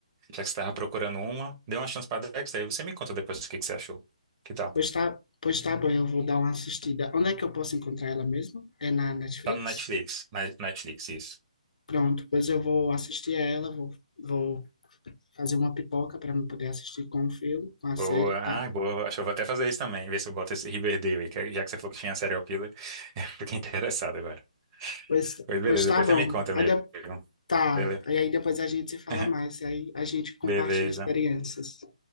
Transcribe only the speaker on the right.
Já que você estava procurando uma, dê uma chance pra Dexter, aí você me conta depois o que que você achou. Que tal?
Tá no Netflix. Na- Netflix, isso.
Boa.
Ai, boa. Acho que eu vou até fazer isso também. Ver se eu boto esse Riverdale aí. que é, Já que você falou que tinha serial killer, <laughs> eu fiquei interessado agora.
Pois beleza,
depois
você me conta,
amigo.
Beleza.
<laughs>
Beleza.